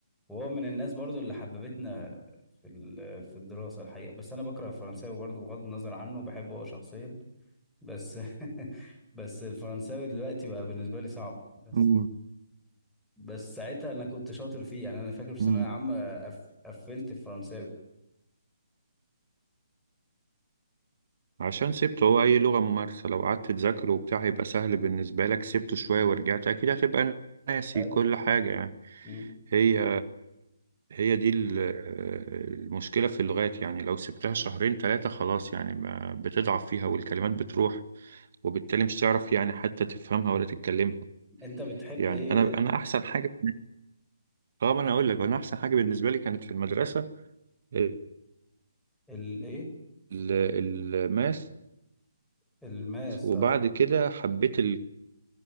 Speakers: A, in the centre; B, on the right.
A: وهو من الناس برضو اللي حببتنا في ال- في الدراسة الحقيقة بس أنا بكره الفرنساوي برضو بغض النظر عنه بحبه هو شخصيا بس <laughs> بس الفرنساوي دلوقتي بقى بالنسبة لي صعب بس
B: امم
A: بس ساعتها أنا كنت شاطر فيه يعني أنا فاكر في ثانوية
B: امم
A: عامة قف- قفلت الفرنساوي
B: عشان سبته هو أي لغة ممارسة لو قعدت تذاكره وبتاع هيبقى سهل بالنسبة لك سبته شوية ورجعت أكيد هتبقى ناسي
A: أي
B: كل حاجة يعني
A: مم.
B: هي هي دي ال- المشكلة في اللغات يعني لو سبتها شهرين ثلاثة خلاص يعني ما بتضعف فيها والكلمات بتروح وبالتالي مش تعرف يعني حتى تفهمها ولا تتكلمها
A: أنت بتحب
B: يعني
A: إيه
B: أنا أنا أحسن حاجة اه ما أنا أقول لك أنا أحسن حاجة بالنسبة لي كانت في المدرسة ال-
A: ال إيه
B: الماس
A: الماس
B: وبعد
A: أه
B: كده حبيت